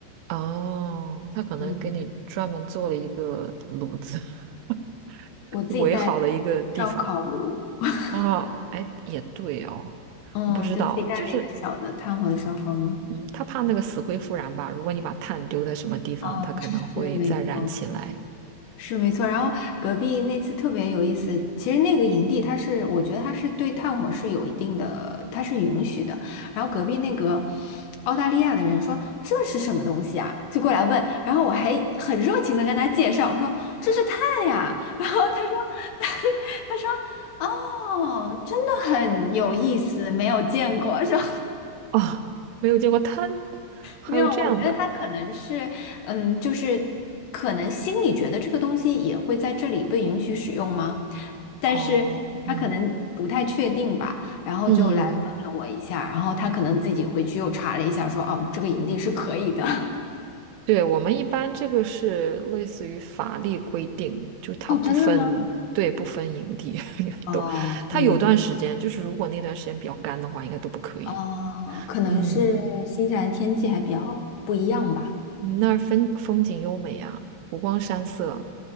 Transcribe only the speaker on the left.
嗯，
我自己带的
烧烤炉，<laughs>
嗯，
就自己带了一个小的炭火的烧烤炉，
嗯，
是没错。是没错，然后隔壁那次特别有意思。其实那个营地，它是我觉得它是对炭火是有一定的，它是允许的。然后隔壁那个澳大利亚的人说这是什么东西啊，就过来问。然后我还很热情的跟他介绍，我说这是炭呀。然后他说 <laughs> 他说哦，真的很有意思，没有见过，说。
没有，我觉得他可能是，嗯，就是可能心里觉得这个东西也会在这里被允许使用吗？但是他可能不太确定吧，
然后就来问了我一下，
然后他可能自己回去又查了一下说，哦，这个营地是可以的。
<laughs> 哦，真的吗？
呃，
我们不，
呃，可能是新西兰天气还比较不一样吧，